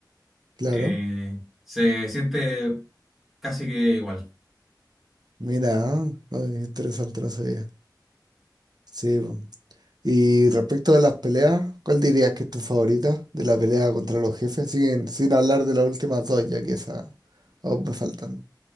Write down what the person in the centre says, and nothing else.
eh, se siente casi que igual.